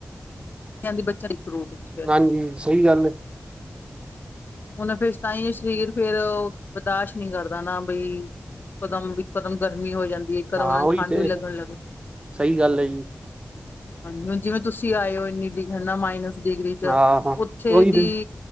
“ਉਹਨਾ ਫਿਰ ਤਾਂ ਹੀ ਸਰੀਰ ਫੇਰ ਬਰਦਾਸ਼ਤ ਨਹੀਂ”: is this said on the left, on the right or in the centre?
Left